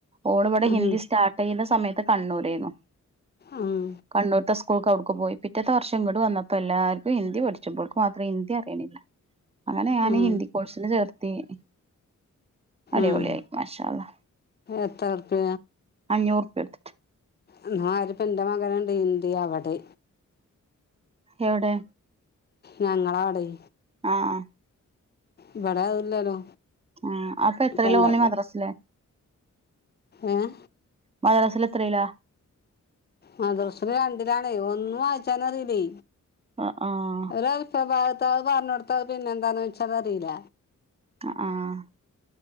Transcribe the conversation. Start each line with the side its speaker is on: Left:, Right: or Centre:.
Right: ഓള് ഇവിടെ
Left: ഉം,
Right: ഹിന്ദി സ്റ്റാർട്ട് ചെയ്യുന്ന സമയത്ത് കണ്ണൂരായിരുന്നു
Left: ഉം
Right: കണ്ണൂർത്തെ സ്കൂൾക്ക് അവിടുക്ക് പോയി പിറ്റത്തെ വർഷം ഇങ്ങട്ട് വന്നപ്പോ എല്ലർക്കും ഹിന്ദി പഠിച്ച് ഇവൾക്ക് മാത്രം ഹിന്ദി അറിയു അങ്ങനെ ഞാൻ
Left: ഉം,
Right: ഹിന്ദി കോഴ്സിന് ചേർത്തീന് അടിപൊളി
Left: ഉം.
Right: ആയി മാഷാ അള്ളാ
Left: എത്ര ഉറുപ്പ്യ
Right: അഞ്ഞൂറ് റുപ്പ്യയ കൊടുത്തിട്ട്
Left: എന്നാല് ഇപ്പൊ എൻ്റെ മകന് ഇണ്ട് ഹിന്ദി അവിടെ
Right: എവടെ
Left: ഞങ്ങളെ അവിടെ-
Right: ആഹ് ആഹ്
Left: ഇവിടെ അതില്ലല്ലോ
Right: ആഹ് അപ്പൊ എത്രയിലാ
Left: ഇപ്പം എന്താ
Right: ഓന് മദ്രസയില്
Left: ഏഹ്
Right: മദ്റസീല് എത്രയില
Left: മദ്രസയെല് രണ്ടിലാണേയ് ഒന്നും വായിച്ചാനറീല്ലേ.
Right: ആഹ് ആഹ്
Left: ഒരു അൽഫ് ബാഹ് താഹ് പറഞ്ഞ് കൊടുത്താ അഹ് പിന്നെ എന്താന്ന് ചോയ്‌ച്ചാ അത് അറിയില്ല
Right: ആ ആഹ്